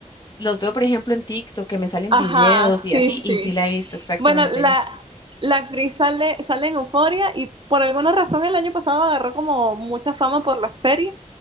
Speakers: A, on the left; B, on the right.
A: los veo por ejemplo en TikTok, que me salen
B: Ajá,
A: videos y
B: sí,
A: así, y
B: sí.
A: sí la he visto exactamente
B: Bueno, la,
A: ella.
B: la actriz sale, sale en Euforia y por alguna razón el año pasado agarró como mucha fama por la serie